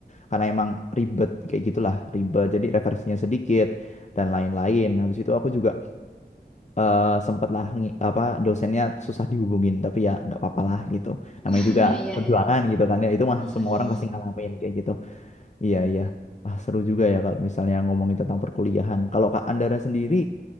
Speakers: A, on the left (about 40°); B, in the centre.
A: karena emang ribet kayak gitulah, ribet. Jadi referensinya sedikit dan lain-lain. Habis itu aku juga eh sempatlah ngi- apa dosennya susah dihubungin tapi ya nggak apa-apa lah gitu namanya
B: <laughs>
A: juga
B: iya
A: perjuangan
B: ya,
A: gitu kan ya itu mah
B: mhm.
A: semua orang pasti ngalamin kayak gitu iya iya wah seru juga ya kalau misalnya ngomongin tentang perkuliahan kalau Kak Andara sendiri